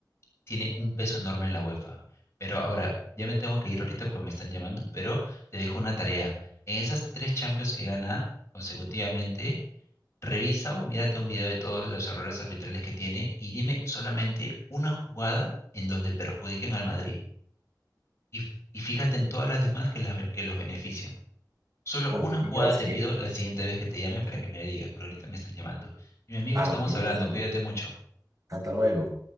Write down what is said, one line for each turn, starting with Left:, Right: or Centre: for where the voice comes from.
Left: tiene un peso enorme en la UEFA. Pero ahora, ya me tengo que ir ahorita porque me están llamando, pero te dejo una tarea. En esas tres Champions que gana consecutivamente, revisa o mírate un video de todos los errores arbitrales que tiene y dime solamente una jugada en donde perjudiquen al Madrid. Y, y fíjate en todas las demás que, las- que los benefician. Solo
Right: ok,
Left: una jugada
Right: gracias.
Left: te pido la siguiente vez que te llame para que me digas, pero ahorita me están llamando. Y mi amigo,
Right: Ah,
Left: estamos
Right: ok, gracias.
Left: hablando, cuídate mucho.
Right: Hasta luego.